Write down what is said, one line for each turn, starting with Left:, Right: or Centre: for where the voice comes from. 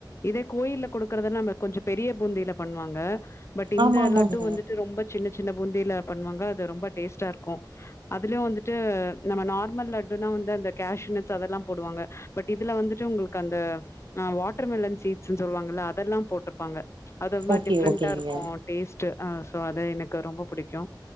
Left: இதே கோயில்ல குடுக்கறதல கொஞ்சோ பெரிய பூந்தியில பண்வாங்க பட் இந்த
Right: ஆமா ஆமாங்க
Left: லட்டு வந்துட்டு ரொம்ப சின்ன சின்ன பூந்தியில பண்ணுவாங்க அது ரொம்ப டேஸ்ட்டாருக்கு அதுல வந்துட்டு நம்ம நார்மல் லட்டுனா வந்து அந்த கேஷ்னட்ஸ் அதெல்லா போடுவாங்க பட் இதுல வந்துட்டு உங்களுக்கு அந்த அ வாட்டர்மெலன் சீட்ஸ்ன்னு சொல்லுவாங்கல்ல அதெல்லா போட்ருப்பாங்க அது ஒர்மா
Right: ஓகே
Left: டிஃப்ரெண்
Right: ஓகேங்க
Left: டாருக்கு டேஸ்ட்டு ஆ சோ அது எனக்கு ரொம்ப புடிக்கு